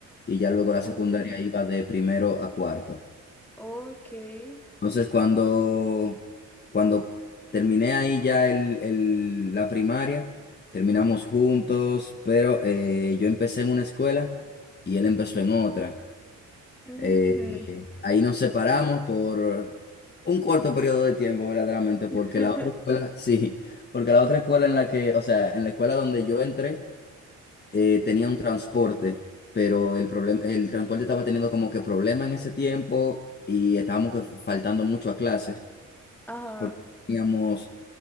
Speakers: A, on the left (about 35°); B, in the centre.
A: y ya luego la secundaria
B: oh,
A: iba de primero a cuarto.
B: ok.
A: Entonces, cuando, cuando terminé ahí ya el, el- la primaria, terminamos juntos, pero eh, yo empecé en una escuela y él empezó en otra.
B: ujú.
A: Eh, ahí nos separamos por un corto periodo de tiempo, verdaderamente, porque
B: <laughs>
A: la otra escuela, <laughs> sí, porque la otra escuela en la que, o sea, en la escuela donde yo entré, eh, tenía un transporte, pero el problema, el transporte estaba teniendo como que problema en ese tiempo y estábamos que faltando mucho a clases,
B: Ajá.
A: porque teníamos